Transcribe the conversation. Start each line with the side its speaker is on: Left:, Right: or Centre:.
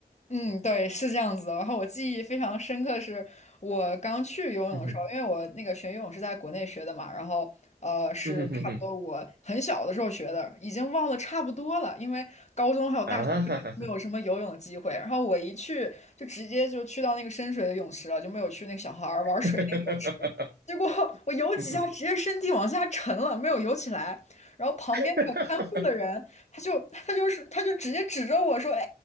Left: 嗯，对，是这样子的然后我记忆非常深刻，是我刚去游泳的时候，
Right: 嗯哼，
Left: 因为我那个学游泳是在国内学的嘛，然后呃是差不多我很小的时候学的，
Right: 嗯哼哼哼，
Left: 已经忘了差不多了，因为高中还有大学没有什么游泳的机会。
Right: 啊哈哈哈，
Left: 然后我一去就直接就去到那个深水的泳池了，就没有去那个小孩儿玩水那个泳池。
Right: <laughs>
Left: 结果我游几下，
Right: 嗯哼，
Left: 直接身体往下沉了，没有游起来。然后旁边那个看护的人。
Right: <laughs>
Left: 他就他就是他就直接指着我说：“哎